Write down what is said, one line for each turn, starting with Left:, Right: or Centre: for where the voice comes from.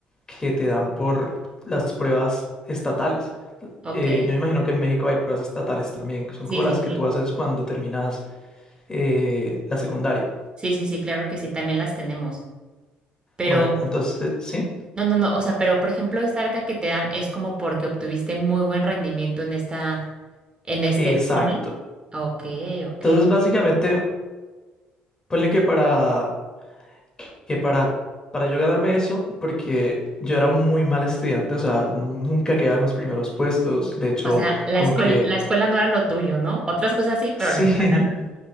Left: que te dan por las pruebas estatales.
Right: ok.
Left: Eh, yo me imagino que en México hay pruebas estatales también, que son
Right: Sí,
Left: como
Right: sí,
Left: las
Right: sí.
Left: que tú haces cuando terminas eh, la secundaria.
Right: Sí, sí, sí, claro que sí, también las tenemos. pero.
Left: Bueno, entonces, eh, ¿sí?
Right: No, no, no, o sea, pero por ejemplo, esta beca que te dan es como porque obtuviste muy buen rendimiento en esta, en este
Left: Exacto.
Right: examen. Ok, ok.
Left: Entonces, básicamente, ponle que para que para, para yo ganarme eso, porque yo era un muy mal estudiante, o sea, nu- nunca quedaba en los primeros puestos, de hecho,
Right: O sea, la
Left: como
Right: escuela,
Left: que
Right: la escuela no era lo tuyo, ¿no? Otras cosas sí,
Left: sí,
Right: pero la escuela
Left: <laughs>
Right: no,